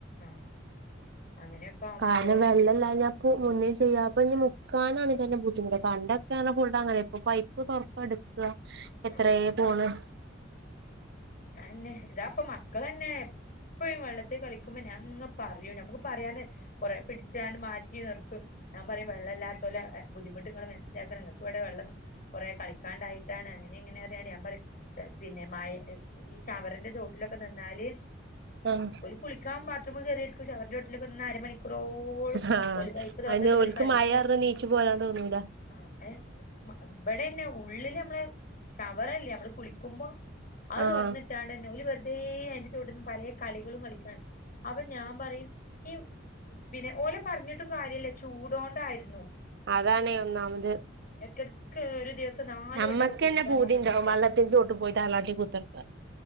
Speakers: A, on the left; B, on the right.
A: ആഹ് അങ്ങനെയൊക്കെ ആവുമ്പോ
B: കാരണം
A: എല്ലോരു
B: വെള്ളല്ലാഞ്ഞ. മുന്നേ ചെയ്യാം അപ്പ ഇനി മുക്കാനാണെങ്കിൽ തന്നെ ബുദ്ധിമുട്ട കണ്ട ന പോയിട്ട അങ്ങനെ ഇപ്പൊ പൈപ്പ് തുറപ്പ എടുക്കുക എത്രയ
A: ആഹ്
B: പോണ്.
A: അതന്നെ ഇതാപ്പൊ മക്കളന്നെ. ഇപ്പഴും വെള്ളത്തിൽ കളിക്കുമ്പോ ഞാൻ അങ്ങനെ പറയും നമുക്ക് പറയാന്. കുറെ പിടിച്ചാണ്ട് മാറ്റി നിർത്തു. ഞാൻ പറയും വെള്ളല്ലാത്തോലോ എ ബുദ്ധിമുട്ട് ങ്ങള് മനസിലാക്കണം നിങ്ങൾക്ക് ഇവിടെ വെള്ളം. കുറെ കളിക്കാണ്ടായിട്ടാണ് അങ്ങനെ ഇങ്ങനെ ആണ് ഞാൻ പറയും പിന്നെ മഴ ഈ ഷവറിന്റെ ചുവട്ടിലൊക്കെ നിന്നാല്.
B: ആഹ്
A: ഓൽ കുളിക്കാൻ ബാത്റൂം കയറിയതായിക്കും ഷവറിന്റെ ചോട്ടിൽ നിന്ന് അര മണിക്കൂർ- റോളം
B: ആഹ്
A: ഓല് പൈപ്പ് തൊറന്നിട്ട്
B: അതിന് ഓൽക്ക്
A: ഓല് കളിക്കും-
B: മഴ കാരണം നീച്ചു പോരാൻ തോന്നൂല
A: ആഹ് ഇവിടെന്നെ ഉള്ളില് നമ്മള് ഷവറില്ലേ നമ്മള് കുളിക്കുമ്പോ- അത്
B: ആഹ്
A: തൊറന്നിട്ടാണ്ട് തന്നെ ഓല് വെറുതെ അതിന്റെ ചോട്ടിൽന്ന് പലേ കളികളും കളിക്കാണ് അപ്പൊ ഞാൻ പറയും ഈ പിന്നെ ഓലെ പറഞ്ഞിട്ടും കാര്യയില്ല ചൂടോണ്ടായിരുന്നു
B: അതാണേ ഒന്നാമത്-
A: ഇടക്ക് ഇടക്ക് ഒരു ദിവസം- നാല്
B: നമ്മക്ക്
A: വട്ടൊക്കെ കുളിക്കണം
B: തന്നെ പൂതിണ്ടാവും
A: പറഞ്ഞ അവസ്ഥയാ
B: വെള്ളത്തിന്റെ ചോട്ട് പോയി താലാട്ടി കുത്തിനിക്കാൻ